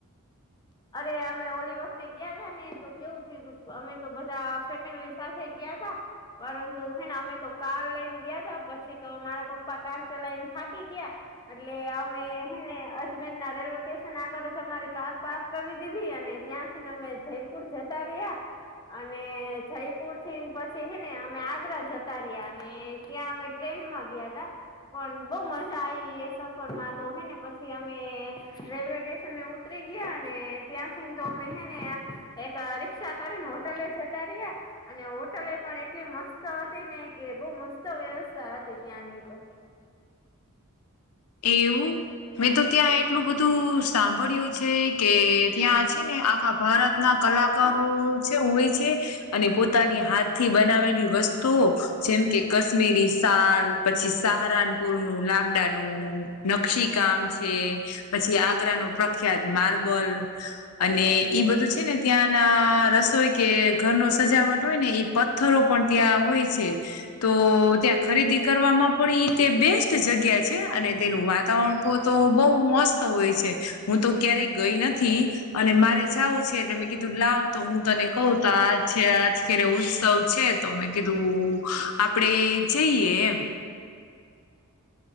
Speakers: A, on the left (about 20°); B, on the left (about 80°).
A: અરે અમે ઓલી વખતે ગયા હતાા ને તો કેવું થું અમે તો બધા ફેમિલી સા થે ગયા ત પરંતુ હેને અમે તો કાર લઈને ગયા હતા પછી તો મારા પપ્પા કાર <unintelligible> લઈને થાકી ગયા. એટલે અમે હે ને અજમેન ના <inaudible> અમારી કાર પાર્ક કરી દીધી અને ત્યાંથીને અમે જયપુર જતા રહ્યા. અને જયપુર થીને પછી હે ને અમે આગ્રા જતા રહ્યા અને ત્યાં અમે ટ્રેન માં ગયા તા પણ બહુ મજા આવી એ સફર માં તો હેને પછી અમે રેલવે સ્ટન અ ઉતરી ગયા ને ત્યાંથીને તો અમે હને એક રિકષા કરીને હોટલે જ તરી્યા અને હોટલે પણ એટલી મસ્ત હતી ને કે બહ મસ્ત વ્યવસ્થા હતી ત્યાંની તો.
B: એવું. મેં તો ત્યાં એટલું બધું સાંભળ્યું છે, કે ત્યાં છે ને આખા ભારત. ના કલાકારો છે, હોય છે, અને પોતાની હાથ થી બનાવે. વસ્તુઓ જેમ કે કાશ્મીરી સાર પછી સહારનપુર નું લાગડા. નું નકશી કામ છે, પછી આગ્રા ન પ્રખ્યાત માર્બલ. અને ઈ બધું છે, ને ત્યાં ના રસોઈ કે ઘરનો સજાવટ હોય ને. પથ્થરો પણ ત્યાં હોય છે. તો ત્યાં ખરીદી કરવાવામાં પડી તે બેસ્ટ જગ્યા છે. અને તેનું વાતાવરણ તો બહ મસ્ત હોય છે, હું તો ક્યારેય ગઈ નથી. અને મારે જવું છે, એટલે મેં કીધું લાવ તો હું તને <unintelligible> તો આ છે, આજ કેરે ઉત્સવ છે. તમે કીધું આપડે જઈએ એમ.